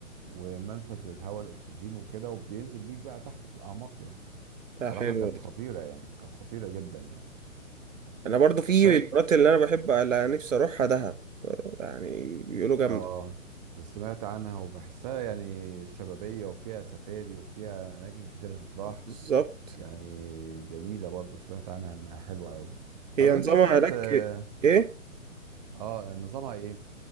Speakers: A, on the right; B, on the right.
A: ومنفذ للهواء الاكسجين وكده وبينزل بيك بقى تحت في الاعماق يعني
B: بتاعها
A: بصراحه
B: حلوة
A: كانت
B: دي
A: خطيره يعني كانت خطيره جدا يعني
B: أنا برضه في
A: طيب
B: المرات اللي أنا بحب اللي نفسي أروحها دهب يعني بيقولوا جامدة
A: اه سمعت عنها وبحسها يعني شبابيه وفيها سفاري وفيها اماكن كتيره تتراح
B: بالظبط
A: يعني جميله برضو سمعت عنها انها حلوه قوي
B: هي
A: طب انت
B: نظامها
A: سافرت
B: هناك
A: اه
B: إيه؟
A: آه، نظامها ايه